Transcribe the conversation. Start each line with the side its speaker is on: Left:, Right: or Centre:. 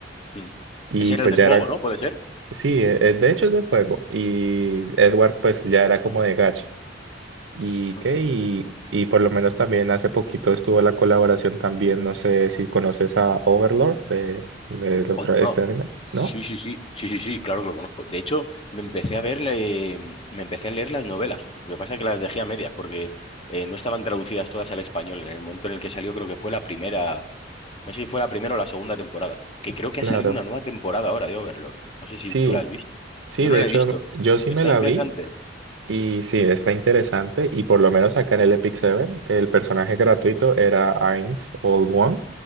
Left: Mm.
Right: y
Left: Ese era
Right: pues
Left: el de
Right: ya
Left: fuego,
Right: era,
Left: ¿no? ¿Puede ser?
Right: sí, eh, eh, de hecho es de juego y Edward pues ya era como de gacha. ¿Y qué?
Left: Anda.
Right: Y, y por lo menos también hace poquito estuvo la colaboración también, no sé si conoces a Overlord de, del otro-
Left: Onda.
Right: este anime, ¿no?
Left: Sí, sí, sí, sí, sí, sí, claro que lo conozco. De hecho, me empecé a ver, eh, me empecé a leer las novelas. Lo que pasa es que las dejé a medias porque eh, no estaban traducidas todas al español. En el momento en el que salió, creo que fue la primera, no sé si fue la primera o la segunda temporada, que creo que
Right: Claro.
Left: ha salido una nueva temporada ahora de Overlord. No sé si
Right: Sí,
Left: tú la has visto.
Right: sí,
Left: Yo
Right: de
Left: no la
Right: hecho
Left: he visto.
Right: yo
Left: Es-
Right: sí
Left: Está
Right: me la
Left: interesante.
Right: vi y sí, está interesante y por lo menos acá en el Epic Seven el personaje gratuito era Ainz Old One,